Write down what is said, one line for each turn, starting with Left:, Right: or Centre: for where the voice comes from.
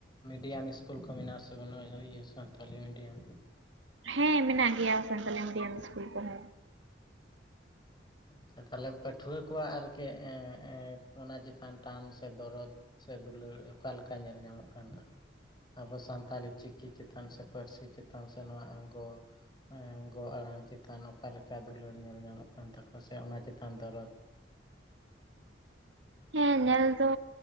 Left: ᱢᱤᱰᱤᱭᱟᱢ ᱤᱥᱠᱩᱞ ᱠᱚ ᱢᱮᱱᱟᱜ-ᱟ ᱥᱮ ᱵᱟᱹᱱᱩᱜ-ᱟ, ᱤᱭᱟᱹ ᱥᱟᱱᱛᱟᱞᱤ ᱢᱤᱰᱤᱭᱚᱢ?
Right: ᱦᱮᱸ ᱢᱮᱱᱟᱜ ᱜᱮᱭᱟ ᱥᱟᱱᱛᱟᱞᱩ ᱢᱤᱰᱤᱭᱟᱢ ‌ᱤᱥᱠᱩᱞ ᱠᱚ ᱦᱚᱸ᱾
Left: ᱟᱪᱪᱷᱟ ᱛᱟᱞᱦᱮ ᱯᱟᱹᱴᱷᱩᱣᱟᱹ ᱠᱚᱣᱟᱜ ᱟᱨ ᱠᱤ ᱮᱸᱼ ᱮᱸ ᱚᱱᱟ ᱪᱮᱛᱟᱱ ᱴᱟᱱ ᱥᱮ ᱫᱚᱨᱚᱫᱽ? ᱥᱮ ᱫᱩᱞᱟᱹᱲ ᱚᱠᱟ ᱞᱮᱠᱟ ᱧᱮᱞ ᱧᱟᱢᱚᱜ ᱠᱟᱱ ᱛᱟᱠᱚᱣᱟ? ᱟᱵᱚ ᱥᱟᱱᱛᱟᱞᱤ ᱪᱤᱠᱤ ᱪᱮᱛᱟᱱ ᱥᱮ ᱯᱟᱹᱨᱥᱤ ᱪᱮᱛᱟᱱ ᱥᱮ ᱱᱚᱣᱟ ᱟᱝ ᱜᱚᱼᱼ ᱜᱚ ᱟᱬᱟᱝ ᱪᱮᱛᱟᱱ ᱚᱠᱟ ᱞᱮᱠᱟ ᱫᱩᱞᱟᱹᱲ ᱧᱮᱞ ᱧᱟᱢᱚᱜ ᱠᱟᱱ ᱛᱟᱠᱚᱣᱟᱼᱼ ᱥᱮ ᱚᱱᱟ ᱪᱮᱛᱟᱱ ᱫᱚᱨᱚᱫᱽ?
Right: ᱦᱮᱸ ᱧᱮᱞ ᱫᱚ